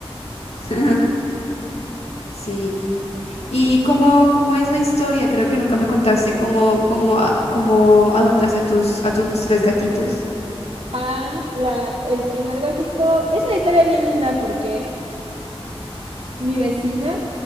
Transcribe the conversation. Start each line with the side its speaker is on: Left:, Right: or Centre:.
Left: <laughs> Sí. ¿Y cómo, cómo es la historia? Creo que nunca me contaste cómo, cómo, a- cómo adoptaste a tus, a tus tres gatitos.
Right: Ah, la, el primer gatito es una historia bien linda porque Mi vecina,